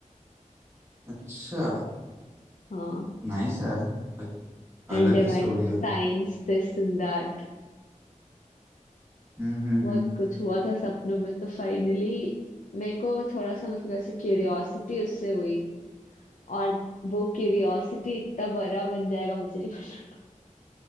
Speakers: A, on the right (about 20°); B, on the left (about 65°).
A: अच्छा
B: हाँ
A: नाइस है लाइक
B: And
A: अलग
B: divine
A: ही स्टोरी है
B: science this and that
A: हम्म हम्म
B: बहुत
A: हम्म
B: कुछ हुआ था सपनों में तो फाइनली मेरे को थोड़ा सा मतलब ऐसे क्यूरियोसिटी उससे हुई और वो क्यूरियोसिटी इतना बड़ा बन जाएगा मुझे नहीं पता